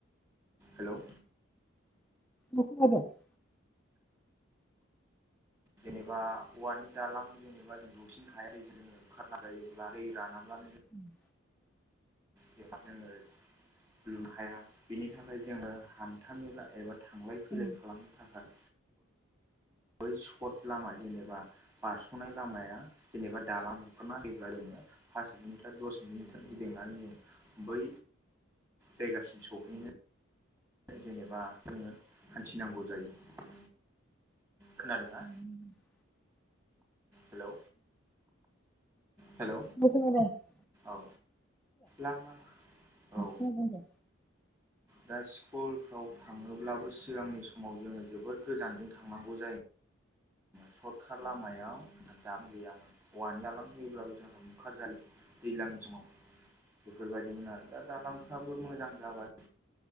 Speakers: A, on the right; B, in the centre.
A: हेलौ।
B: मख द <unintelligible>
A: जेनेबा औवानि दालां जेनेबा जों दुसिनो हायारि जोङो खारना जायोब्ला दै रानाब्लानो
B: उ <inaudible>
A: ज जोङो लुन हाया बेनि थाखाय जोङो हान्था मेला एबा थांलाय फैलाय
B: औ
A: खालामनो थाखाय बै सर्ट लामा जेनेबा बारस'नाय लामाया जेनेबा दालां ह गि में हासि दस्त <unintelligible> बेनि थखिदिंनानै जों बै जायगासिम सहैनो जेनेबा जोङो हान्थिनांगौ जायो। खोनादों ना
B: खोनादों
A: हेल' हेलौ
B: खोनाबाय
A: औ लामा औ
B: खोनादों दे
A: दा स्कुलफ्राव थाङोब्लाबो सिगांनि समाव जोङो जोबोद गोजानजों थांनांगौ जायो। सर्टक लामायाव दालां गैयामोन औवानि दालां होयोब्लाबो जोंहा बुखारजायो। दैलांनि समाव बेफोरबायदिमोन आरो दा दालांफ्राबो मोजां जाबाय।